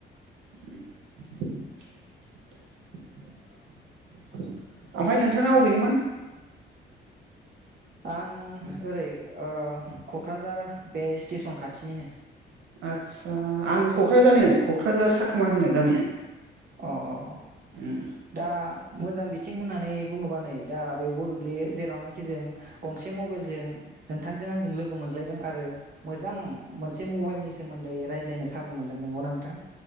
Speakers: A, on the right (about 80°); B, on the right (about 50°).
A: <inaudible> ओमफाय नोंथाङा अबेनिमोन?
B: आं ओरै ओ क'क्राझार बे स्टेसन खाथिनिनो।
A: आदसा आंबो क'क्राझारनि क'क्राझार साखोमा होनो गामिया
B: अ अ अ।
A: उम
B: दा मोजां बिथिं होननानै बुंङोबा नै दा बेवबो गोग्लैयो जेरावनाखि जों गंसे मबाइलजों नोंथांजों आंजों लोगो मोनज्लायदों आरो मोजां मोनसे मबाइलनि सोमोन्दै रायज्लायनो खाबु मोनदों नंगौना नोंथां